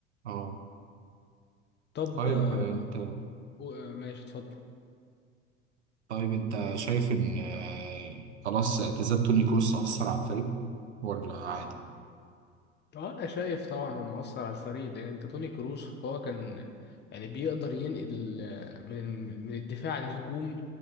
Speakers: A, on the right; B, on the left.
A: اه
B: طب
A: طيب
B: آه،
A: انت
B: و- آه، ماشي اتفضل
A: طيب انت شايف إن آه، خلاص اعتزال توني كروس أثر على الفريق ولا عادي؟
B: اه انا شايف طبعا هم اثر على الفريق لان انت توني كروس هو كان يعني بيقدر ينقل آه، من من الدفاع للهجوم